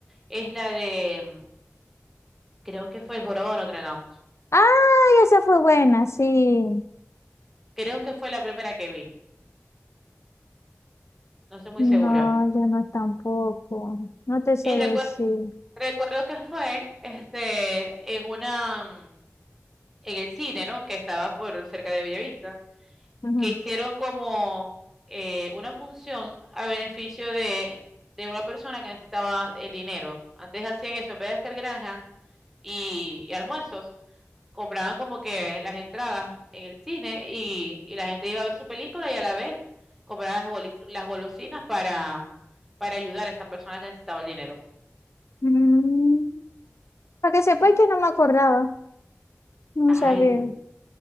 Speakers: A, in the centre; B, on the left.
A: es la de, mm, creo que fue El Jorobado de Notre Dame.
B: ¡Ay, esa fue buena! Sí.
A: Creo que fue la primera que vi, no estoy muy
B: No,
A: segura.
B: yo no tampoco. No te sé
A: Y
B: decir.
A: recuerdo, recuerdo que fue, este, en una, mm, en el cine, ¿no? Que estaba por cerca de Bellavista,
B: Ujú.
A: que hicieron como eh, una función a beneficio de, de una persona que necesitaba el dinero. Antes hacían eso, en vez de hacer granjas y, y almuerzos. Compraban como que las entradas en el cine y, y la gente iba a ver su película y a la vez compraban las, golis- las golosinas para, para ayudar a esa persona que necesitaba el dinero.
B: Mm, para que sepa
A: Ujú.
B: que no me acordaba. No
A: Ay,
B: sabía.
A: du-